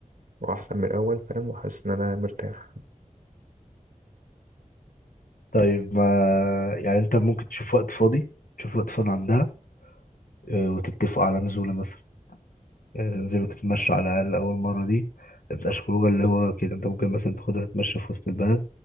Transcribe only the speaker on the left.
طيب ما يعني انت ممكن تشوف وقت فاضي تشوف وقت فاضي عندها اه، وتتفقوا على نزوله مثلا يعني تنزلوا تتمشوا على الأقل أول مرة دي ما تبقاش خروجة اللي هو كده أنت ممكن مثلا تاخدها تتمشى في وسط البلد